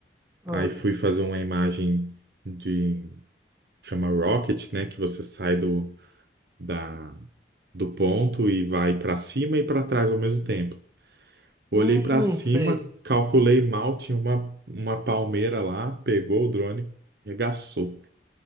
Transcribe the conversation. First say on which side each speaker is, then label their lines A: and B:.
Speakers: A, on the right (about 15°); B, on the right (about 60°).
A: Ah,
B: Aí fui fazer uma imagem de chama rocket, né, que você sai do da do ponto e vai para cima e para trás ao mesmo tempo. Olhei
A: hum,
B: para cima,
A: sei.
B: calculei mal, tinha uma uma palmeira lá, pegou o drone, regaçou.